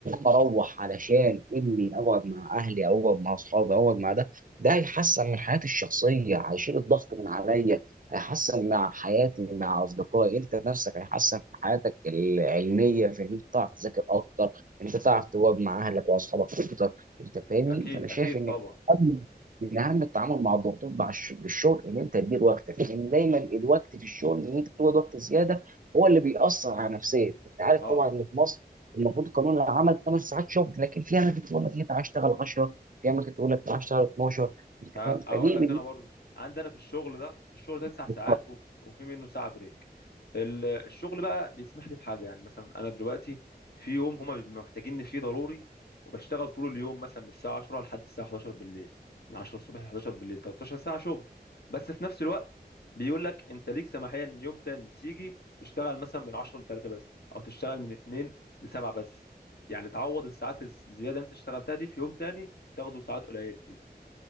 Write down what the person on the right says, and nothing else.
اروح علشان اني اقعد مع اهلي او اقعد مع اصحابي او اقعد مع ده ده هيحسن من حياتي الشخصيه هيشيل الضغط من عليا هيحسن مع حياتي مع اصدقائي انت نفسك هيحسن في حياتك العلميه في ان انت تعرف تذاكر اكتر انت تعرف تواجه مع اهلك واصحابك اكتر انت فاهمني
فانا
شايف ان
أهم- من اهم التعامل مع الضغوطات مع الش- بالشغل ان انت تدير وقتك لان دايما الوقت في الشغل ان انت تقعد وقت زياده هو اللي بيأثر على نفسيتك انت عارف
طبعا ان في مصر المفروض قانون العمل 8 ساعات شغل لكن في اماكن تقول لك انت عايز تشتغل 10 في اماكن تقول لك تعالى اشتغل 12 أنت
فاهم فدي
دي-
دي